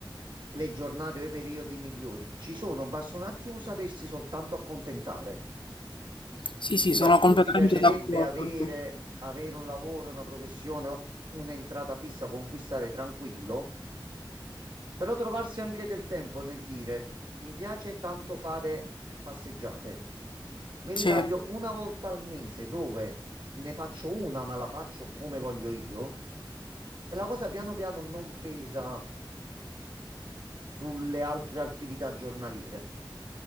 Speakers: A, on the right; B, on the left.
A: le giornate o i periodi migliori ci sono, basta un attimo sapersi soltanto accontentare.
B: Sì, sì,
A: Sì,
B: sono
A: a tutti
B: completamente
A: piacerebbe
B: d'accordo.
A: avere, avere un lavoro, una professione o un'entrata fissa con cui stare tranquillo, però trovarsi anche del tempo nel dire mi piace tanto fare passeggiate. Mi ritaglio
B: Sì.
A: una volta al mese dove ne faccio una, ma la faccio come voglio io. E la cosa piano piano non pesa sulle altre attività giornaliere.